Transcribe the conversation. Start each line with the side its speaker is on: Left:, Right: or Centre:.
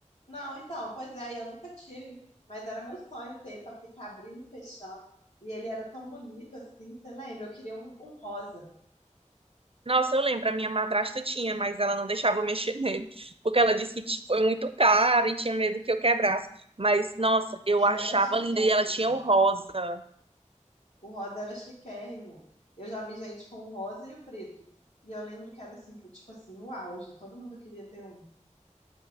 Left: Não, então, pois é, eu nunca tive, mas era meu sonho ter pra ficar abrindo e fechando. E ele era tão bonito assim, você lembra? Eu queria um, um rosa.
Right: Nossa, eu lembro, a minha madrasta tinha, mas ela não deixava eu mexer <laughs> nele, porque ela disse que ti- foi muito caro e tinha medo que eu quebrasse. Mas, nossa, eu
Left: Ele
Right: achava
Left: era chiquérrimo.
Right: linda e ela tinha o rosa.
Left: O rosa era chiquérrimo. Eu já vi gente com o rosa e o preto. E eu lembro que era assim, pô, tipo assim, o auge. Todo mundo queria ter um.